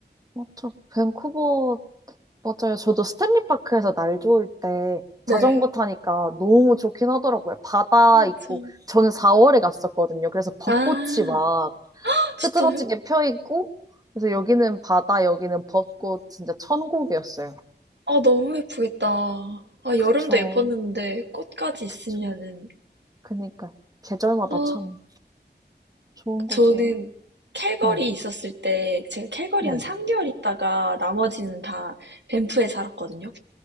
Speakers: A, on the right; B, on the right.
A: 맞죠. 밴쿠버, 맞아요. 저도 스탠리 파크에서 날 좋을 때
B: 네.
A: 자전거 타니까 너무 좋긴 하더라고요. 바다
B: 아,
A: 있고,
B: 참.
A: 저는 4월에 갔었거든요. 그래서 벚꽃이
B: 아,
A: 막,
B: 진짜요?
A: 흐드러지게 펴 있고 그래서 여기는 바다, 여기는 벚꽃 진짜 천국이었어요.
B: 아, 너무 예쁘겠다. 아,
A: 그쵸.
B: 여름도 예뻤는데 꽃까지 있으면은.
A: 그쵸. 그니까 계절마다
B: 아,
A: 참 좋은
B: 저는
A: 곳이에요.
B: 캘거리
A: 네,
B: 있었을 때, 제가 캘거리
A: 네,
B: 한 3개월 있다가 나머지는 다 밴프에 살았거든요.